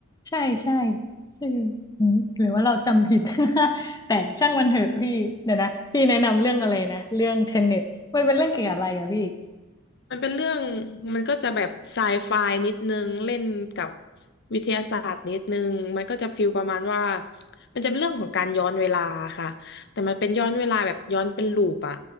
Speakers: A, on the left; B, on the left.
A: ใช่ใช่ชื่อหืมหรือว่าเราจำผิด <laughs> แต่ช่างมันเถอะพี่เดี๋ยวนะพี่แนะนำเรื่องอะไรนะเรื่องเทนเน็ตมันเป็นเรื่องเกี่ยวกับอะไรอะพี่
B: มันเป็นเรื่องมันก็จะแบบไซไฟนิดนึงเล่นกับวิทยาศาสตร์นิดนึงมันก็จะฟีลประมาณว่ามันจะเป็นเรื่องของการย้อนเวลาค่ะแต่มันเป็นย้อนเวลาแบบย้อนเป็นลูปอะ